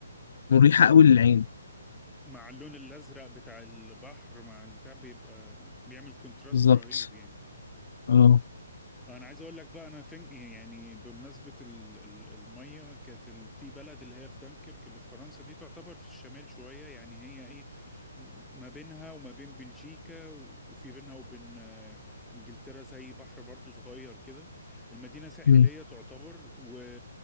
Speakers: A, on the left; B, in the centre.
A: مريحة أوي للعين
B: مع اللون الازرق بتاع البحر مع البتاع بيبقى بيعمل كونتراست
A: بالظبط
B: رهيب يعني
A: اه
B: انا عايز اقول لك بقى انا فين يعني بمناسبه ال- ال- الميه كانت ال- في بلد اللي هي في دنكرك اللي في فرنسا دي تعتبر في الشمال شويه يعني هي ايه ما بينها وما بين بلجيكا وفي بينها وبين آه، انجلترا زي بحر برضو صغير كده المدينه ساحليه
A: مم.
B: تعتبر و...